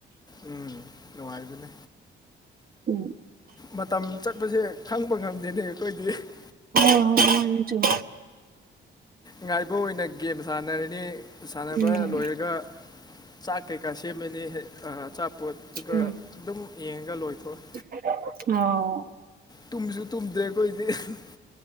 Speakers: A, on the left; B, on the right.
A: ꯎꯝ ꯅꯨꯡꯉꯥꯏꯕꯅꯦ꯫
B: ꯎꯝ
A: ꯃꯇꯝ ꯆꯠꯄꯁꯦ ꯈꯪꯕ ꯉꯝꯗꯦꯅꯦ ꯑꯩꯈꯣꯏꯗꯤ <unintelligible>
B: ꯑꯣ ꯃꯥꯅꯤ ꯆꯨꯝ
A: ꯉꯥꯏꯕ ꯑꯣꯏꯅ ꯒꯦꯝ ꯁꯥꯟꯅꯔꯤꯅꯤ ꯁꯥꯟꯅꯕ
B: ꯎꯝ
A: ꯂꯣꯏꯔꯒ ꯆꯥꯛ ꯀꯩꯀꯥ ꯁꯦꯝꯃꯅꯤ ꯑ ꯑꯆꯥꯄꯣꯠ ꯇꯨꯒ
B: ꯎꯝ
A: ꯑꯗꯨꯝ ꯌꯦꯡꯉꯒ ꯂꯣꯏꯊꯣꯛꯑꯦ꯫
B: <unintelligible> ꯑꯣ꯫
A: ꯇꯨꯝꯁꯨ ꯇꯨꯝꯗꯦ ꯑꯈꯣꯏꯗꯤ <unintelligible>